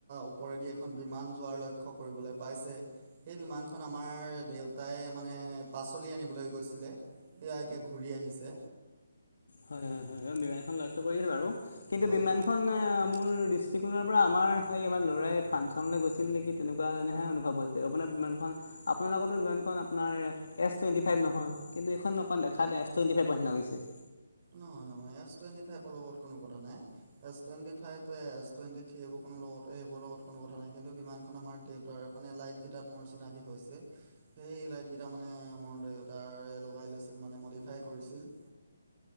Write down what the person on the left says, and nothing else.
হয় হয় হয় হয় বিমানখন লক্ষ্য কৰিছো বাৰু কিন্তু
বিমানখন।
আহ, মোৰ দৃষ্টিকোণৰ পৰা আমাৰ সেই আমাৰ ল'ৰাই ফাংচনলৈ গৈছিল নেকি তেনেকুৱা যেনেহে অনুভৱ হৈছে আপোনাৰ বিমানখন। আপোনাৰ লগতো বিমাননখন আপোনাৰ। এছ টুৱেণ্টিফাইভ নহয় কিন্তু এইখন অকন দেখা এছ টুৱেণ্টিফাইভৰ নিছিনা লাগিছে।